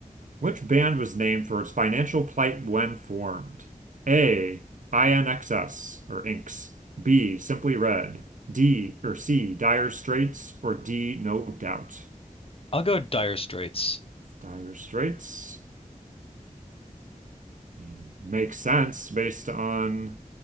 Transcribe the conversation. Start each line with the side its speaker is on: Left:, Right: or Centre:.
Right: Which band was named for its financial plight when formed? A. INXS or Inks. B. Simply Red. D or C. Dire Straits or D. No Doubt.
Left: I'll go Dire Straits.
Right: Dire Straits. I mean, makes sense based on.